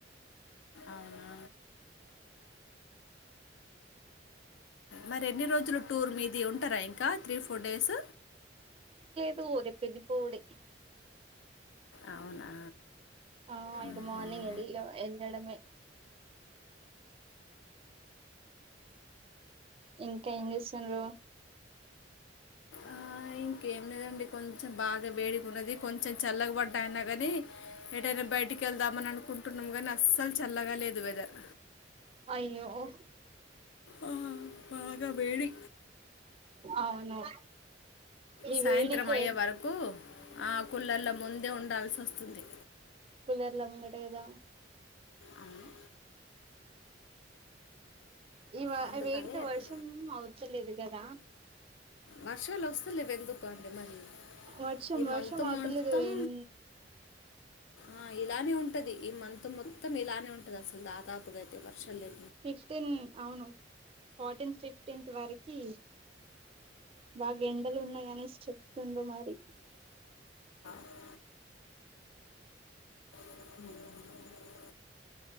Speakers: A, on the left (about 85°); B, on the right (about 30°).
A: అవునా మరి ఎన్ని రోజులు టూర్ మీది ఉంటారా ఇంకా త్రీ ఫోర్ డేస్
B: టూ రేపు ఎళ్ళిపోవుడే
A: అవునా
B: ఆ ఇగ
A: మ్మ్హ్మ్.
B: మార్నింగ్ ఎల్ ఎళ్లడమే ఇంకేం చేస్తుండ్రు
A: ఆ, ఇంకేం లేదండి కొంచెం బాగా వేడిగున్నది కొంచెం చల్లగబడ్డాయిన గాని ఏదైనా బయటికి వెళ్దామని అనుకుంటున్నాం గాని అస్సలు చల్లగా లేదు వెదర్
B: అయ్యో
A: ఆహా బాగా వేడి
B: అవును ఈ
A: సాయంత్రం
B: వేడికే
A: అయ్యే వరకు ఆ కుళ్ళల ముందే ఉండాల్సి వస్తుంది
B: కూలర్ల ముంగటే కదా
A: అవునా
B: ఇవా
A: అందుకని
B: వేడితో
A: ఎటు
B: వర్షం అవతలేదు కదా
A: వర్షాలు వస్తలేవు ఎందుకు అండి మరి
B: వర్షం
A: ఈ మంత్
B: వర్షం అవతలేదు
A: మొత్తం
B: ఇన్
A: ఆ ఇలానే ఉంటది ఈ మంత్ మొత్తం ఇలానే ఉంటది అసలు దాదాపుగా అయితే వర్షం లే
B: ఫిఫ్టీన్ అవును ఫోర్టీన్త్ ఫిఫ్టీన్త్ వరకి బాగ ఎండలు ఉన్నాయిగాని చెప్తుండో మరి
A: ఉమ్. హ